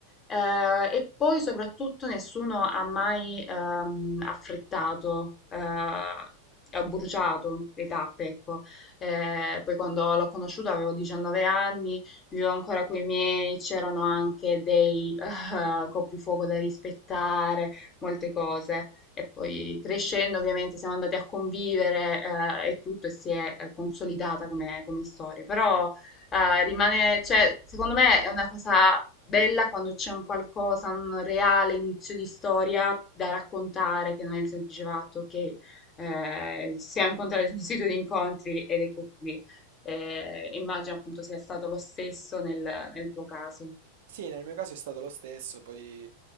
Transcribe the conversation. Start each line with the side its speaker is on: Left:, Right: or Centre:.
Left: eh, e poi soprattutto nessuno ha mai ehm, affrettato, eh, ho bruciato le tappe, ecco. Eh, poi quando l'ho conosciuto avevo 19 anni, vivevo ancora coi miei, c'erano anche dei eh, coprifuoco da rispettare, molte cose. E poi crescendo ovviamente siamo andati a convivere eh, e tutto e si è eh, consolidata come, come storia. Però Ah, rimane, cioè, secondo me è una cosa bella quando c'è un qualcosa, un reale inizio di storia da raccontare, che non è il semplice fatto che eh, ci siamo incontrati su un sito di incontri ed ecco qui. Eh, immagino appunto sia stato lo stesso nel, nel tuo caso.
Right: Sì, nel mio caso è stato lo stesso, poi